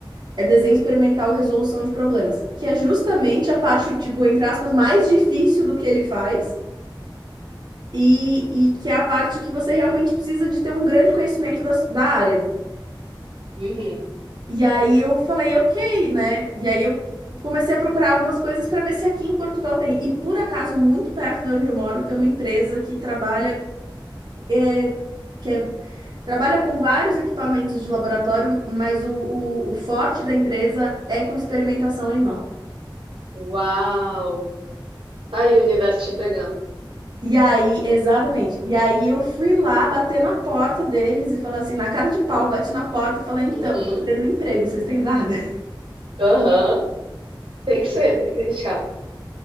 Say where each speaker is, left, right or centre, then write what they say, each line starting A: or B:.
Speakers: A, on the right; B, on the right.
A: é desenho experimental, resolução de problemas, que é justamente a parte, tipo, entre aspas, mais difícil do que ele faz, e, e que é a parte que você realmente precisa de ter um grande conhecimento da, da área.
B: Uhum.
A: E aí eu falei, ok, né? E aí eu comecei a procurar algumas coisas para ver se aqui em Portugal tem. E por acaso, muito perto de onde eu moro, tem uma empresa que trabalha, é, que é- trabalha com vários equipamentos de laboratório, mas o, o, o forte da empresa é com experimentação animal.
B: Uau! Tá aí o universo te entregando.
A: E aí, exatamente. E aí eu fui lá bater na porta deles e falar assim, na cara de pau, bati na porta e falei, então,
B: Uhum.
A: tô querendo um emprego, vocês têm vaga?
B: Aham. Tem que ser, tem que arriscar.